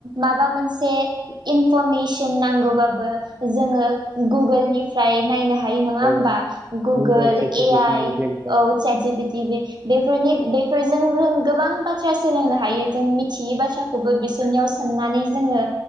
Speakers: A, on the right; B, on the right.
A: माबा मोनसे से इनफरमेसन नांगौबाबो जोङो गुगोलनिफ्राय नायनो हा हायो नङा
B: औ
A: हबा गुगोल
B: चेट
A: ए
B: जिपिटि
A: आइ
B: जेमिनाइ
A: औ सैथ जि पि टि बे बेफोरनि बेफोरजों जों गोबां बाथ्रा सोलोंनो हायो जों मिथियै बाथ्रा खौबो बिसोरनियाव सोंनानै जोङो